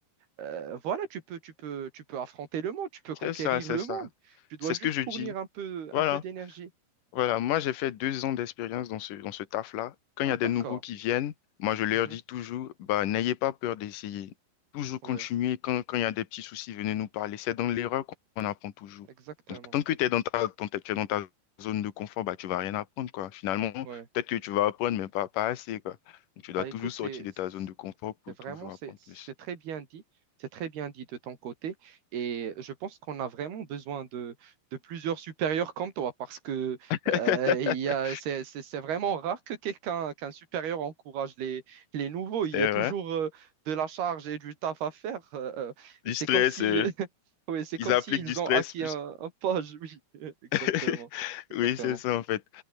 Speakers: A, on the right; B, on the left.
A: euh, voilà, tu peux, tu peux, tu peux affronter le monde, tu peux
B: C'est
A: conquérir
B: ça, c'est
A: le
B: ça.
A: monde. Tu dois
B: C'est
A: juste
B: ce que je
A: fournir
B: dis.
A: un peu,
B: Voilà.
A: un peu d'énergie.
B: Voilà, moi j'ai fait deux ans d'expérience dans ce, dans ce taf-là. Quand
A: Ah,
B: il y a
A: d'accord.
B: des nouveaux qui viennent, moi je leur
A: Mhm.
B: dis toujours, bah, n'ayez pas peur d'essayer. Toujours
A: Ouais,
B: continuer. Quand, quand il y a des petits soucis, venez nous parler. C'est dans l'erreur qu'on qu'on apprend toujours.
A: exactement.
B: Donc tant que
A: Ex-
B: tu es dans ta, dans ta- tu es dans ta zone de confort, bah, tu vas rien apprendre, quoi. Finalement,
A: Ouais.
B: peut-être que tu vas apprendre, mais pas, pas assez, quoi. Donc, tu dois
A: Bah
B: toujours
A: écoute,
B: sortir
A: c'est,
B: de ta zone de confort pour
A: C'est vraiment,
B: toujours
A: c'est
B: apprendre
A: c'est
B: plus.
A: très bien dit, c'est très bien dit de ton côté. Et je pense qu'on a vraiment besoin de, de plusieurs supérieurs comme toi parce que
B: <laughs>
A: euh, il y a, c'est c'est- c'est vraiment rare que quelqu'un, qu'un supérieur encourage les, les nouveaux.
B: C'est
A: Il y a toujours
B: vrai.
A: euh, de la charge et du taf à faire. Euh, euh,
B: Du
A: c'est
B: stress,
A: comme si,
B: euh,
A: <laughs> oui, c'est
B: ils
A: comme
B: appliquent
A: s'ils
B: du stress
A: ont acquis
B: plus.
A: un, un poste. Oui, <laughs> exactement.
B: <laughs>
A: Exactement.
B: Oui, c'est ça en fait.